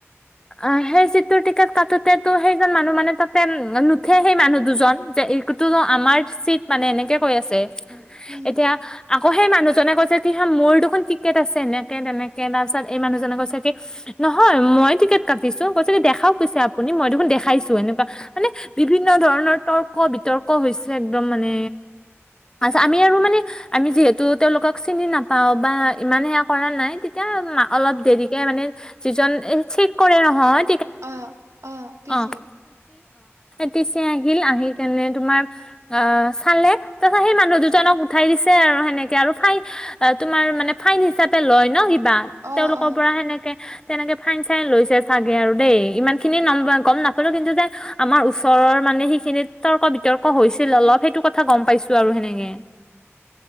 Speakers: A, on the left; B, on the right.
A: আ, সেই চিট তোৰ টিকেট কাটোতে, তোৰ সেইজন মানুহ মানে তাতে নুঠে। সেই মানুহ দুজন যে, এইটোতো আমাৰ চিট মানে, এনেকৈ কৈ আছে
B: উম
A: এতিয়া আকৌ সেই মানুহজনে কৈছে কি হা মোৰ দুখখন টিকেট আছে এনেকে-তেনেকে তাৰপিছত এই মানুহজনে কৈছে কি, নহয় মই টিকেট কাটিছো কৈছে কি দেখাও কৈছে আপুনি মই দেখোন দেখাইছো এনেকুৱা মানে বিভিন্ন ধৰণৰ তৰ্ক বিতৰ্ক হৈছে একদম মানে। আছ আমি আৰু মানে আমি যিহেতু তেওঁলোকক চিনি নাপাও বা ইমান সেয়া কৰা নাই তেতিয়া অলপ দেৰি। মানে যিজন ইঞ্চীত কৰে নহয়।
B: অ অ টিচি
A: <unintelligible> টি চ আহিল আহি কেনে তোমাৰ, অ চালে তাৰপিছত সেই মানুহ দুজনক উঠাই দিছে আৰু সেনেকে আৰু ফাইন, তোমাৰ মানে ফাইন হিচাপে লয় ন কিবা।
B: অ
A: তেওঁলোকৰ
B: অ অ
A: পৰা সেনেকে। তেনেকে ফাইন চাইন লৈছে চাগে আৰু দেই ইমান খিনি নম গম নাপালো কিন্তু যে, আমাৰ ওচৰৰ মানে সিখিনিত তৰ্ক বিতৰ্ক হৈছিল অলপ সেইটো কথা গম পাইছো আৰু সেনেকে।